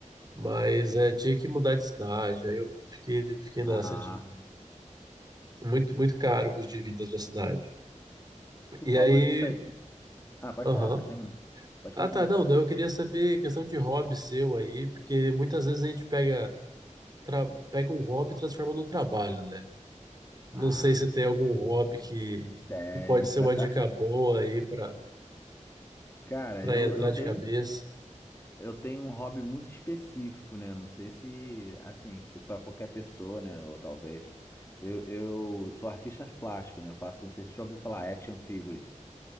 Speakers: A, on the right; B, on the left.
A: mas é, tinha que mudar de cidade. Aí eu fiquei, fiquei
B: Ah,
A: nessa Muito, muito caro os dividendos da cidade.
B: tu
A: E
B: falou
A: aí.
B: disso aí. Ah, pode
A: Aham.
B: falar, pode terminar. Pode
A: Ah,
B: concluir.
A: tá. Não, daí eu queria saber questão de hobby seu aí, porque muitas vezes a gente pega, tra- pega um hobby e transforma num trabalho, né? Não
B: Ah,
A: sei se tem algum hobby que,
B: tenho.
A: que pode ser uma
B: <laughs>
A: dica boa aí para
B: Cara,
A: para
B: eu,
A: entrar
B: eu
A: de
B: tenho
A: cabeça.
B: Eu tenho um hobby muito específico, né? Não sei se, assim, se para qualquer pessoa, né? Ou talvez. Eu, eu sou artista plástico, né? Eu faço, não sei se você já ouviu falar, action figures.